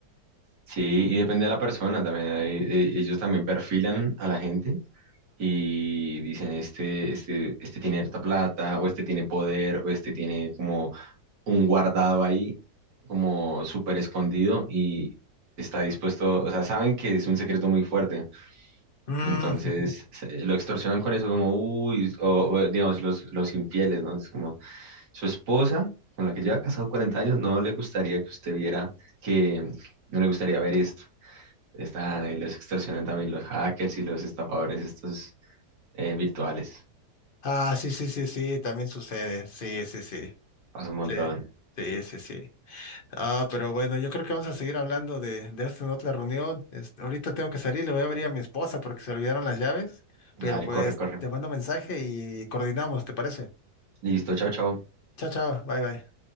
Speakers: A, on the right; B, on the left.
A: Sí, y depende de la persona también. ahí, eh, Ellos también perfilan a la gente y dicen este, este, este tiene harta plata, o este tiene poder, o este tiene como un guardado ahí, como súper escondido y está dispuesto, o sea, saben que es un secreto muy fuerte,
B: Mm,
A: entonces
B: <laughs>
A: se- lo extorsionan con eso como, uy, o, o, digamos los, los infieles, ¿no? Es como su esposa, con la que lleva casado 40 años, no le gustaría que usted viera que, no le gustaría ver esto. Están ahí, los extorsionan también los hackers y los estafadores estos eh, virtuales.
B: Ah, sí, sí, sí, sí, también sucede. Sí, sí, sí.
A: Pasa un montón.
B: Sí, sí, sí, sí. Ah, pero bueno, yo creo que vamos a seguir hablando de, de esto en otra reunión. Este, ahorita tengo que salir, le voy a abrir a mi esposa porque se olvidaron las llaves.
A: Dale,
B: Pero pues
A: corre, corre.
B: te mando mensaje y coordinamos, ¿te parece?
A: Listo, chao, chao.
B: Chao, chao, bye, bye.